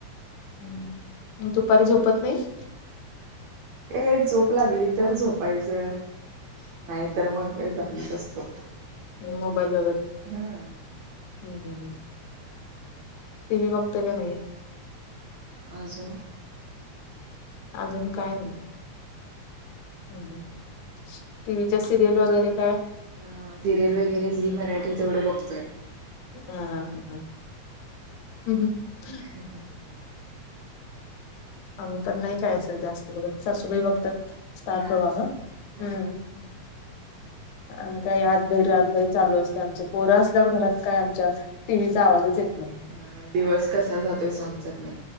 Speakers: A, on the left (about 80°); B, on the right (about 80°).
A: हम. दुपारी झोपत नाहीस?
B: हे झोप लागली तर झोपायचं. नाही तर मग, जागीच असतो.
A: मोबाईल बघत.
B: हम्म
A: हम्म, हम्, हम्. टी व्ही बघतोय का नाही?
B: आजून?
A: आजून काय नाही. ह हं. टी व्हीच्या सिरियल वगैरे काय?
B: अ सिरियल वगैरे. झी मराठी तेवढं बघतोय.
A: हा, हा, हा. हम्म <unintelligible>
B: <unintelligible>
A: आम्ही पण नाही काय असं, जास्त बघत. सासूबाई बघतात. स्टार
B: हा
A: प्रवाह? हम्म.
B: हा हा
A: आमी काय? आत भैर आत भैर चालू असतय, आमचं. पोर असल्यावर, घरात काय आम च्या टिव्हीचा आवाजच येत नाही.
B: ह. दिवस कसा जातोय? समजत नाही.